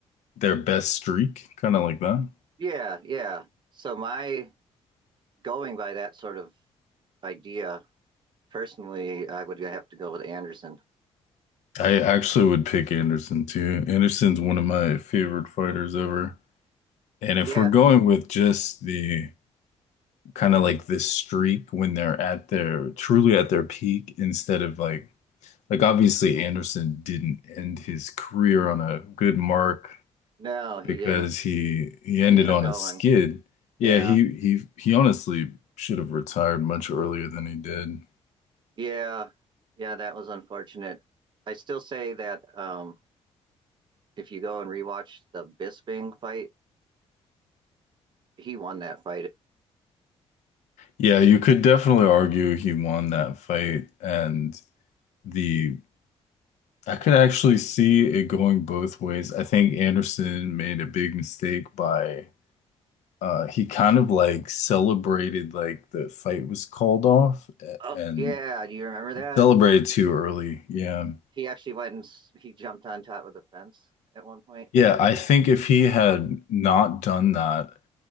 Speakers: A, on the left; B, on the right.
A: Their best streak, kind of like that.
B: yeah, yeah. So my going by that sort of idea, personally, I would have to go with Anderson.
A: I actually would pick Anderson too. Anderson's one of my favorite fighters ever. And if
B: Yeah,
A: we're going with just the kind of like this streak when they're at their truly at their peak instead of like like obviously Anderson didn't end his career on a good mark
B: no, he
A: because
B: didn't.
A: he he ended
B: He kept
A: on
B: going.
A: a skid.
B: Yeah,
A: Yeah, he he he honestly should have retired much earlier than he did.
B: yeah, yeah. That was unfortunate. I still say that um, if you go and rewatch the Bisping fight, he won that fight.
A: Yeah, you could definitely argue he won that fight, and the I could actually see it going both ways. I think Anderson made a big mistake by uh he kind of like celebrated like the fight was called off a-
B: Oh,
A: and
B: yeah. Do you remember that?
A: celebrated too early. Yeah.
B: He actually went and he jumped on top of the fence at one point.
A: Yeah, I think if he had not done that